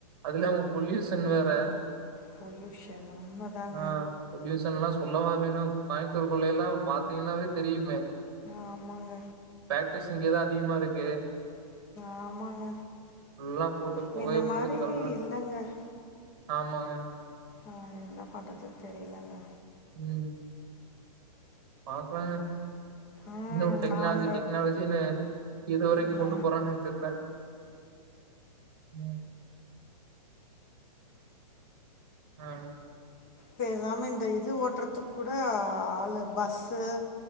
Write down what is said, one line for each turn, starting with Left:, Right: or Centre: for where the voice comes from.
Right: அது இல்லாம பொல்யூசன் வேற
Left: பொல்யூஷன் உண்மதாங்
Right: அ பொல்யூசன்ல்லா சொல்லவா வேணு கோயம்பத்தூர் குள்ளையெல்லா பாத் தீங்கன்னாவே தெரியுமே
Left: ஆமாங்க,
Right: ஃபேக்ட்ரீஸ் இங்க தா அதிகமா இருக்கு
Left: ஆமாங்க.
Right: நல்லா போட்டு புகைய
Left: முன்ன மாரி
Right: போட்டு தள்றா
Left: இல்லங்க.
Right: ஆமாங்க
Left: ஆ என்ன பண்றதுன் தெரிலங்க
Right: ம் பார்க்கலாங்க
Left: ம்
Right: இன்னு டெக்னாலஜி
Left: நாம்
Right: டெக்னாலஜின்னு எதுவரைக்கு
Left: என்ன
Right: கொண்டு போறாங்கன்னு தெர்ல ம் ஆ
Left: பேசாம இந்த இது ஓட்றதுக் கூட ஆளு பஸ்சு